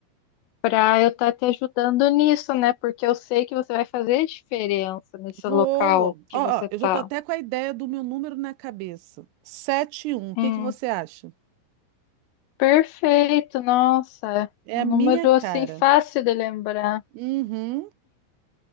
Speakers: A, on the left; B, on the right.
A: para eu estar te ajudando nisso, né? Porque eu sei que você vai fazer diferença nesse
B: Vou.
A: local que
B: Ó,
A: você
B: ó,
A: tá.
B: eu já tô até com a ideia do meu número na cabeça. Sete um. O que
A: Hum,
B: que você acha?
A: perfeito, nossa. é
B: É
A: Um
B: a
A: número
B: minha cara.
A: assim fácil de lembrar.
B: Uhum.